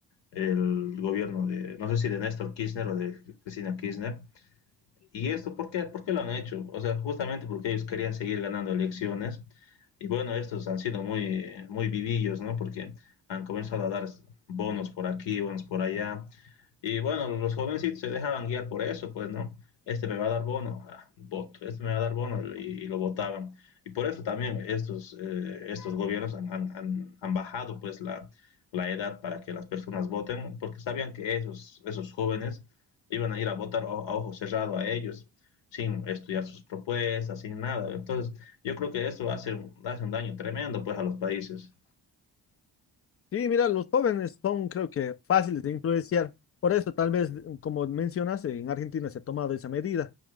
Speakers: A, on the left; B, on the left.
A: el gobierno de, no sé si de Néstor Kirchner o de Cristina Kirchner, ¿Y esto por qué, por qué lo han hecho? O sea, justamente porque ellos querían seguir ganando elecciones. Y bueno, estos han sido muy, muy vivillos, ¿no? Porque han comenzado a dar bonos por aquí, bonos por allá. Y bueno, los jovencitos se dejaban guiar por eso, pues, ¿no? Este me va a dar bono, ah, voto, este me va a dar bono y, y lo votaban. Y por eso también estos, eh, estos gobiernos han, han, han bajado, pues, la, la edad para que las personas voten, porque sabían que esos, esos jóvenes iban a ir a votar a, a ojo cerrado a ellos, sin estudiar sus propuestas, sin nada. Entonces, yo creo que esto hace, hace un daño tremendo pues a los países.
B: Sí, mira, los jóvenes son, creo que, fáciles de influenciar. Por eso, tal vez, como mencionas, en Argentina se ha tomado esa medida.